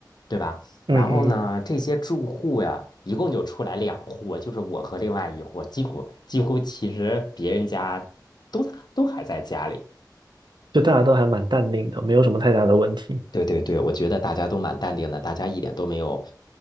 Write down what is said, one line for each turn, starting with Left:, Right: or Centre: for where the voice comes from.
Left: 对吧？
Right: 嗯嗯嗯，
Left: 然后呢，这些住户呀，一共就出来两户，就是我和另外一户，几乎几乎其实别人家都都还在家里。
Right: 就大家都还蛮淡定的，没有什么太大的问题。
Left: 对对对，我觉得大家都蛮淡定的，大家一点都没有